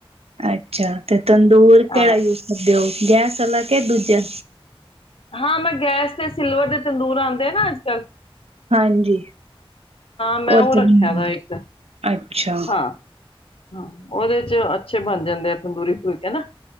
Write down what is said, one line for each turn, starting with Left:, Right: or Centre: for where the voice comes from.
Right: ਅੱਛਾ, ਤੇ ਤੰਦੂਰ ਕਿਹੜਾ
Left: ਹਾਂ
Right: ਯੂਜ ਕਰਦੇ ਓ। ਗੈਸ ਆਲਾ ਕੇ ਦੂਜਾ।
Left: ਹਾਂ, ਮੈਂ ਗੈਸ ਤੇ ਸਿਲਵਰ ਦੇ ਤੰਦੂਰ ਆਂਦੇ ਆ ਨਾ ਅੱਜ ਕੱਲ੍ਹ।
Right: ਹਾਂਜੀ
Left: ਮੈਂ
Right: ਓਰ
Left: ਉਹ
Right: <unintelligible>
Left: ਰੱਖਿਆ ਦਾ ਇੱਕ
Right: ਅੱਛਾ।
Left: ਹਾਂ ਹਾਂ, ਉਹਦੇ ਚ ਅੱਛੇ ਬਨ ਜਾਂਦੇ ਆ ਤੰਦੂਰੀ ਫੁਲਕੇ ਨਾ।